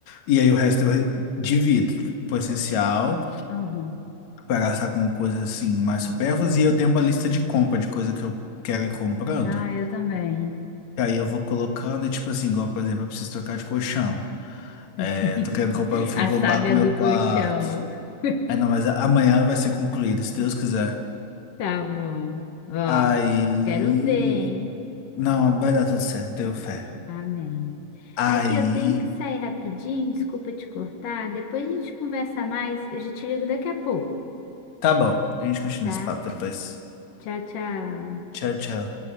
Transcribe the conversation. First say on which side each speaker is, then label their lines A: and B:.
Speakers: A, on the left; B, on the left.
A: e aí o resto eu re- divido pro essencial,
B: Aham.
A: para gastar com coisas assim mais supérfluas, e eu tenho uma lista de compra de coisa que eu quero ir comprando.
B: Ah, eu também.
A: Aí eu vou colocando, e tipo assim, igual, por exemplo, eu preciso trocar de colchão.
B: <laughs>
A: É, tô querendo comprar um frigobar
B: A saga
A: pro meu
B: do
A: quarto.
B: colchão. <laughs>
A: Aí não, mas a- amanhã ela vai ser concluída, se Deus quiser.
B: Tá bom. Ó,
A: Aí.
B: quero ver, hein?
A: Não, vai dar tudo certo, eu tenho fé.
B: Amém.
A: Aí.
B: Aqui eu tenho que sair rapidinho, desculpa te cortar. Depois a gente conversa mais. Eu já te ligo daqui a pouco.
A: Tá bom, a gente continua
B: Tá?
A: esse papo depois.
B: Tchau, tchau.
A: Tchau, tchau.